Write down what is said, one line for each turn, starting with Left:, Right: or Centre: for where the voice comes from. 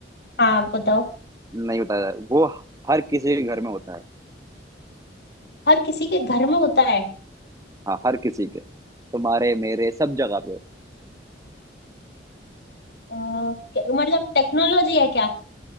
Left: हाँ बताओ
Right: नहीं बताया वो हर किसी के घर में होता है
Left: हर किसी के घर में होता है
Right: हाँ हर किसी के तुम्हारे मेरे सब जगह पे
Left: अ, क्या- मतलब टेक्नोलॉजी है क्या